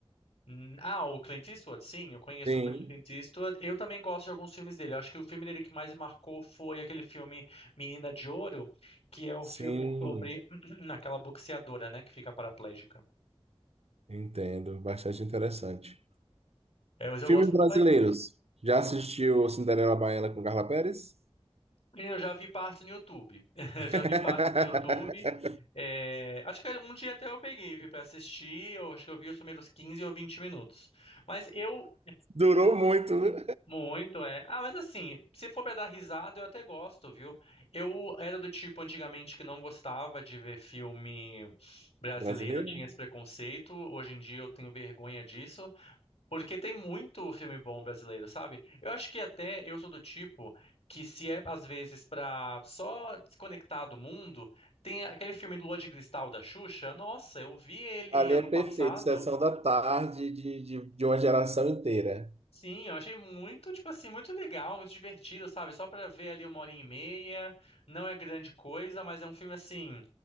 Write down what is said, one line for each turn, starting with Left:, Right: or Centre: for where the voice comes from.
Left: Hum, Ah, o Clint Eastwood, sim, eu conheço
Right: Sim,
Left: o Clint Eastwood. Eu também gosto de alguns filmes dele. Eu acho que o filme dele que mais marcou foi aquele filme Menina de Ouro, que é o
Right: sim,
Left: filme sobre <clears throat> aquela boxeadora, né, que fica paraplégica.
Right: entendo. Bastante interessante.
Left: É, mas eu
Right: Filmes
Left: gosto,
Right: brasileiros.
Left: mas
Right: Já assistiu Cinderela Baiana com Carla Pérez?
Left: eu já vi partes no YouTube. <laughs> Eu
Right: <laughs>
Left: já vi partes no YouTube. É, acho que um dia até eu peguei, vi, pra assistir. Eu acho que eu vi os primeiros 15 ou 20 minutos. Mas eu
Right: Durou muito, viu?
Left: Muito, é. Ah, mas assim, se for pra dar risada, eu até gosto, viu? Eu era do tipo antigamente que não gostava de ver filme brasileiro,
Right: Brasileiro?
Left: tinha esse preconceito. Hoje em dia eu tenho vergonha disso, porque tem muito filme bom brasileiro, sabe? Eu acho que até eu sou do tipo que se é às vezes pra só desconectar do mundo, tem aquele filme Lua de Cristal da Xuxa. Nossa, eu vi ele
Right: Ali
Left: ano
Right: é perfeito,
Left: passado.
Right: sessão da tarde de, de, de uma geração inteira.
Left: Sim, eu achei muito, tipo assim, muito legal, muito divertido, sabe? Só pra ver ali uma hora e meia. Não é grande coisa, mas é um filme assim